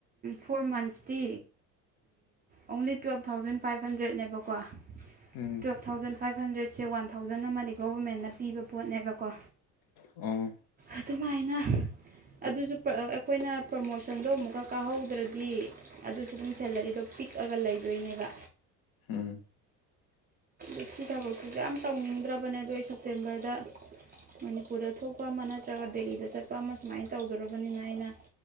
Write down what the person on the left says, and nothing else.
ꯎꯝ
ꯑ
ꯎꯝ